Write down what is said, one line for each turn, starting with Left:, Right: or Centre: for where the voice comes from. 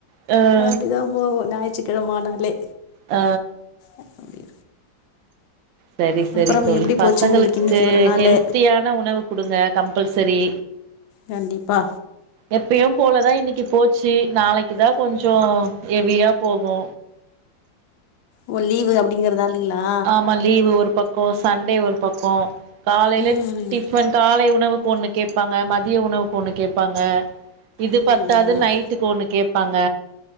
Right: அ
Left: அப்டி தா போவு ஞாயிற்றுக்கிழம ஆனாலே
Right: ஆ
Left: அ அப்டி
Right: சரி சரி
Left: அப்புறம்
Right: தோழி
Left: எப்படி
Right: பசங்களுக்கு
Left: போச்சு உங்களுக்கு இன்றைக்கி ஒரு நாள்
Right: ஹெல்த்தியான உணவு குடுங்க கம்பல்சரி
Left: கண்டிப்பா
Right: எப்பயும் போலதா இன்னிக்கி போச்சி நாளைக்கி தா கொஞ்சோ ஹெவியா போகு
Left: ஓ லீவு அப் அப்டிங்கிறதால்லிங்ளா
Right: ஆமா லீவு ஒரு பக்கம் சண்டே ஒரு பக்கம் காலைல
Left: ம்
Right: டிஃபன் காலை உணவுக்கு ஒண்ணு கேப்பாங்க மதிய உணவுக்கு ஒண்ணு கேப்பாங்க இது
Left: ம்
Right: பத்தாது
Left: ஆமாம்
Right: நைட் ட்டுக்கு ஒன்னு கேப்பாங்க